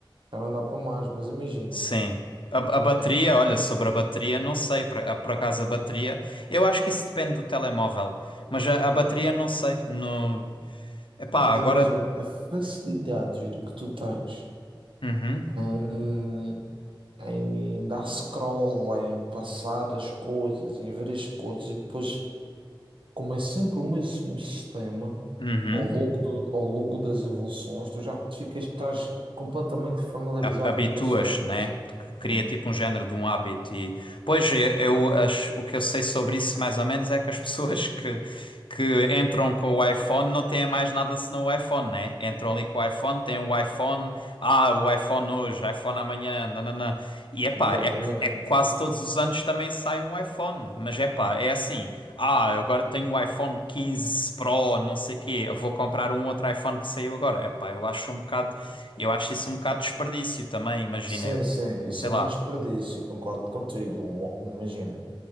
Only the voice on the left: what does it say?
sim. A, a bateria,
olha, sobre a bateria, não sei, por, a- por acaso a bateria, eu acho que isso depende do telemóvel, mas a, a bateria não sei. Não... Epá,
agora.
Uhum,
uhum.
hab- habituas,
né?
Que Cria
tipo um género de um hábito e pois eu, eu acho- o que eu sei sobre isso mais ou menos é que as <laughs> pessoas que que entram com o iPhone não têm mais nada senão o iPhone, né? Entram ali com o iPhone, têm o iPhone, ah, o iPhone hoje, iPhone amanhã, nananã. E epá,
é que é que quase todos os anos também sai um iPhone, mas epá, é assim, ah, eu agora tenho o iPhone quinze Pro, não sei quê, eu vou comprar um outro iPhone que saiu agora. Epá, eu acho um bocado, eu acho isso um bocado desperdício também, imagina,
eu,
sei
lá.